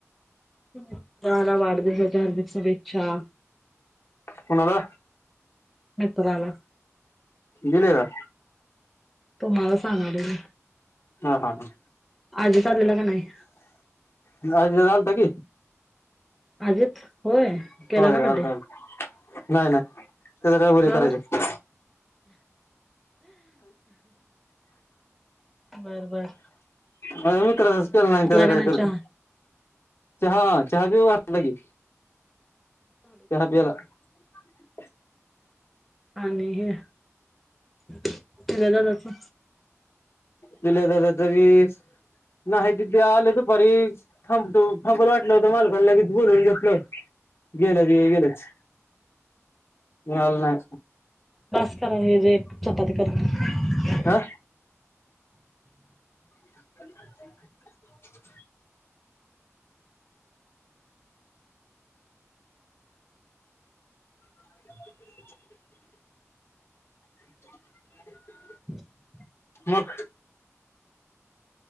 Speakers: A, in the centre; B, on the left (about 50°).
A: तुम्हाला वाढदिवसाच्या हार्दिक शुभेच्छा.
B: कुणाला?
A: मित्राला
B: गेले का?
A: तुम्हाला सांगालोय मी.
B: हा हा हा.
A: आजीत आलेला का नाही?
B: ना आलता की
A: अजित होय केला
B: होय
A: का बड्डे?
B: आलता आलता नाही नाही त्याचा काय
A: का
B: बडे करायचं?
A: बरं बरं.
B: माझ्या मित्राचाच केला नाही आणि त्याचं
A: का
B: काय
A: नाही
B: करती?
A: चहा
B: चहा हा चहा पिऊ घातला की.
A: हो.
B: चहा प्याला <inaudible>
A: आणि हे दिल्या दादाचं?
B: दिल्या दादाच वीस नाही ति ते आले दुपारी थांबतो थांबल वाटलं होता मालकांन लगेच बोलवून घेतल गेलं ते गेलंच मग आला नाय.
A: बास करा हे जे एक चपाती करतो.
B: हा <inaudible> <inaudible> <inaudible>
A: <inaudible>
B: मग